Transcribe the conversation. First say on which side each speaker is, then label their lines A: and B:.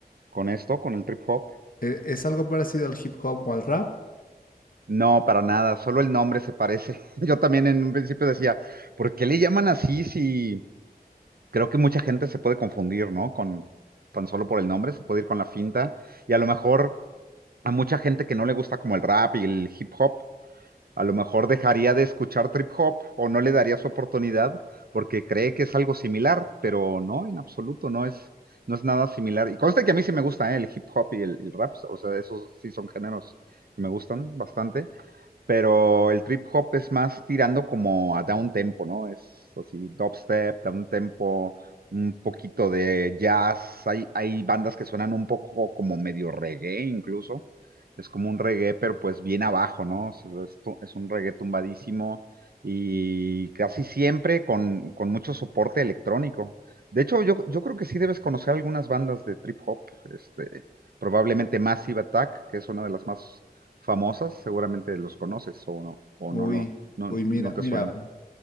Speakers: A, on the right (about 70°); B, on the left (about 60°).
A: con esto, con el trip hop.
B: Eh, ¿Es algo parecido al hip hop o al rap?
A: No, para nada, solo el nombre se parece. <laughs> Yo también en un principio decía, ¿por qué le llaman así si creo que mucha gente se puede confundir, ¿no? Con tan solo por el nombre, se puede ir con la finta. Y a lo mejor a mucha gente que no le gusta como el rap y el hip hop. a lo mejor dejaría de escuchar trip hop o no le daría su oportunidad porque cree que es algo similar, pero no, en absoluto, no es, no es nada similar. Y conste que a mí sí me gusta ¿eh? el hip hop y el, el rap, o sea, esos sí son géneros que me gustan bastante, pero el trip hop es más tirando como a down tempo, ¿no? Es así, dubstep, down tempo, un poquito de jazz. Hay, hay bandas que suenan un poco como medio reggae incluso. Es como un reggae, pero pues bien abajo, ¿no? O sea, es, tu- es un reggae tumbadísimo y casi siempre con, con mucho soporte electrónico. De hecho, yo, yo creo que sí debes conocer algunas bandas de trip hop, este, probablemente Massive Attack, que es una de las más famosas, seguramente los conoces o no, o
B: Uy,
A: no, lo- no,
B: uy, mira,
A: no te
B: mira.
A: suena.